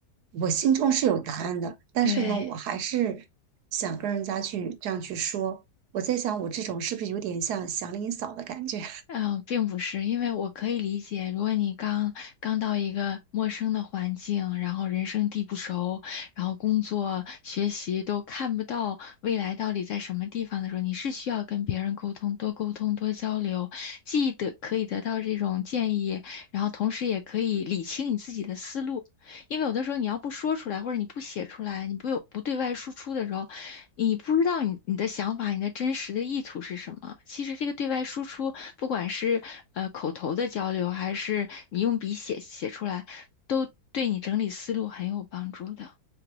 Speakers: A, on the right; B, on the left.
A: 我心中是有答案的，但是呢，
B: 对，
A: 我还是想跟人家去这样去说。我在想，我这种是不是有点像祥林嫂的感觉？
B: 嗯、并不是，因为我可以理解，如果你刚刚到一个陌生的环境，然后人生地不熟，然后工作、学习都看不到未来到底在什么地方的时候，你是需要跟别人沟通，多沟通，多交流，既得可以得到这种建议，然后同时也可以理清你自己的思路。因为有的时候你要不说出来，或者你不写出来，你不有不对外输出的时候，你不知道你你的想法，你的真实的意图是什么？其实这个对外输出，不管是呃口头的交流，还是你用笔写写出来，都对你整理思路很有帮助的。